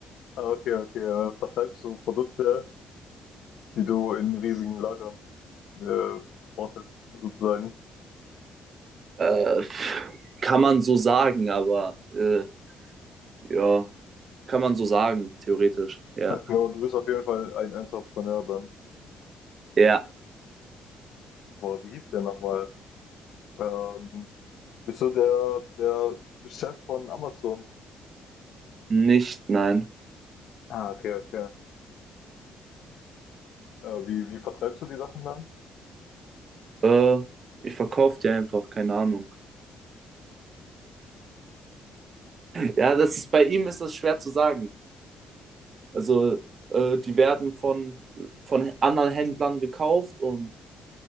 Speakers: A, on the left; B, on the right.
A: Ah, okay, okay. Äh, vertreibst du Produkte, die du in riesigen Lagern äh, wartest, sozusagen.
B: Äh, pff, kann man so sagen, aber äh, ja, kann man so sagen, theoretisch. Ja.
A: Okay, und du bist auf jeden Fall ein Entrepreneur dann.
B: Ja,
A: Boah, wie hieß der nochmal? Ähm, bist du der, der Chef von Amazon?
B: nicht, nein.
A: Ah, okay, okay. Äh, wie, wie vertreibst du die Sachen dann?
B: Äh, ich verkaufe die einfach, keine Ahnung. Ja, das ist bei ihm ist das schwer zu sagen. Also, äh, die werden von, von anderen Händlern gekauft und